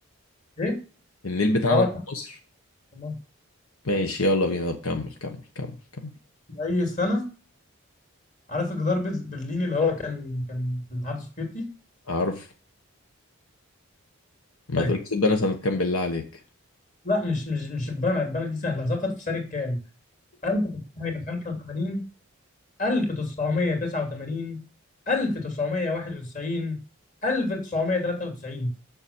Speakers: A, on the left; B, on the left.
A: ايه؟
B: النيل بتاعنا
A: اه
B: بتاع
A: لا،
B: مصر
A: والله.
B: ماشي يلا بينا طب كمل كمل كمل كمل
A: اي سنه عارف جدار بز- برلين اللي هو كان كان في الاتحاد السوفيتي
B: عارف ما
A: طيب
B: تقولش سيبي أنا سنة كام بالله عليك
A: لا مش مش مش البنا البنا دي سهله سقط في سنه كام 1985 1989 1991 1993